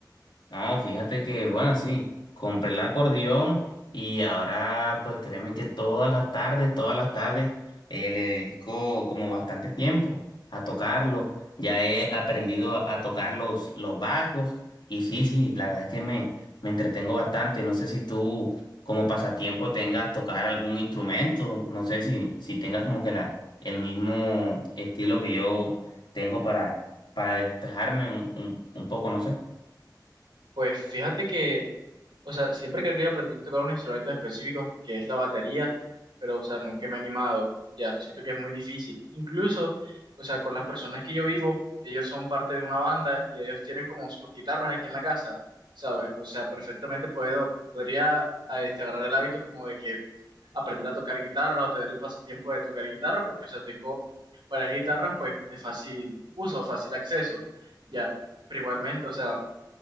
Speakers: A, on the left; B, on the right.
A: No, fíjate que, bueno, sí, compré el acordeón y ahora, pues créeme que todas las tardes, todas las tardes, eh, le dedico como bastante tiempo a tocarlo. Ya he aprendido a, a tocar los, los bajos y sí, sí, la verdad es que me, me entretengo bastante. No sé si tú como pasatiempo tengas tocar algún instrumento, no sé si, si tengas como que la, el mismo estilo que yo tengo para, para despejarme un, un un poco, no sé.
B: Pues fíjate que, o sea, siempre quería aprender a tocar un instrumento en específico, que es la batería, pero, o sea, nunca me he animado. Ya, siento que es muy difícil. Incluso, o sea, con las personas que yo vivo, ellos son parte de una banda y ellos tienen como sus guitarras aquí en la casa, ¿sabes? O sea, perfectamente puedo, podría a este, agarrar el hábito como de que aprender a tocar guitarra o tener el pasatiempo de tocar guitarra, porque, o sea, tengo varias guitarras, pues, de fácil uso, fácil acceso, ya. Pero igualmente, o sea